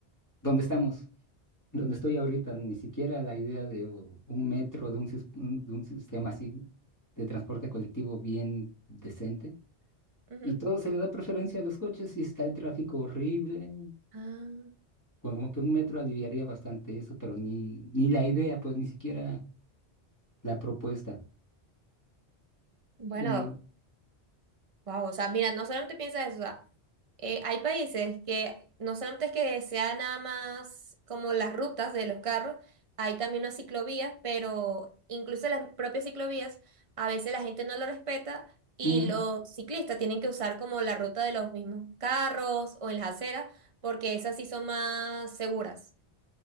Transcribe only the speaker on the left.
¿Dónde estamos? Donde estoy ahorita, ni siquiera la idea de u- un metro, de un, sis- un- de un sistema así de transporte colectivo bien decente.
Y todo se le da preferencia a los coches y está el tráfico horrible.
Como que un metro aliviaría bastante eso, pero ni, ni la idea, pues ni siquiera la propuesta.
Y
mm,